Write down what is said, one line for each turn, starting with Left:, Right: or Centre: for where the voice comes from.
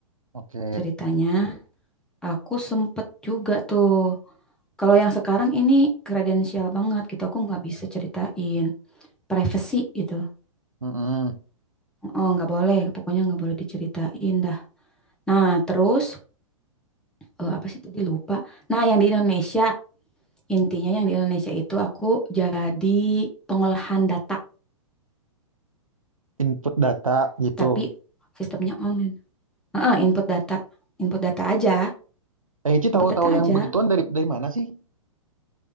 Right: Oke.
Centre: ceritanya. Aku sempet juga tuh. Kalau yang sekarang ini kredensial banget gitu. Aku nggak bisa ceritain. Privacy gitu.
Right: Mm-mm.
Centre: Oh, nggak boleh. Pokoknya nggak boleh diceritain dah. Nah, terus eh, apa sih tadi lupa. Nah, yang di Indonesia intinya yang di Indonesia itu aku jadi pengolahan data,
Right: Input data gitu.
Centre: tapi sistemnya online. Heeh, input data, input data aja,
Right: Eh, Ci tahu-tahu
Centre: input data aja.
Right: yang begituan dari dari mana sih?